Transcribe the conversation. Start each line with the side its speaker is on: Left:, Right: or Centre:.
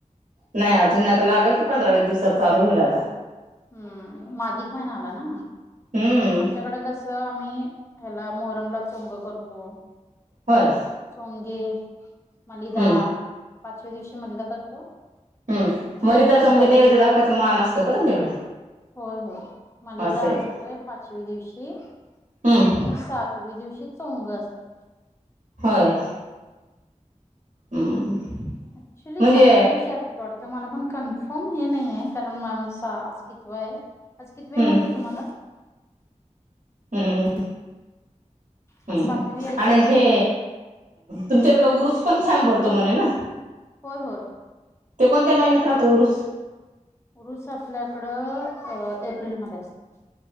Right: नाही अजून नाही आता लागेल कि पंधरा वीस दिवसात चालू होईल आता
Left: हम्म मग अधिक महिनला ना
Right: हम्म
Left: आमच्याकडें कसं आम्ही ह्याला मोहरम ला चोंग करतो
Right: होय.
Left: चोंगे मलिदा
Right: हम्म
Left: पाचव्या दिवशी मलिदा करतो
Right: हम्
Left: आणि
Right: मलीदाचा
Left: सहावी
Right: म्हणजे नैवेद्य दाखवायचा मान असतो का तमच्याक
Left: होय हो मलिदा
Right: असं आहे
Left: असतोय
Right: का
Left: पाचवी दिवशी
Right: हम्म
Left: आणि सातवी दिवशी चोंग असतात
Right: होय हम्म
Left: ऍक्च्युली
Right: म्हणजे
Left: सातव्या दिवशी असतात वाटते मला पण कन्फर्म हे नाही आहे कारण मॅमचा आज किती व आहे आज किती वळ
Right: हम्म
Left: माहिती आहे तुम्हाला
Right: हम्म हम्
Left: आज सातवी आहे
Right: आणि
Left: का
Right: हे तुमच्याकडं उरूस पण छान भरतो म्हणे ना
Left: होय होय
Right: ते कोणत्या महिन्यात राहतो उरुस
Left: उरूस आपल्याकडं अ एप्रिलमध्येध्ये असत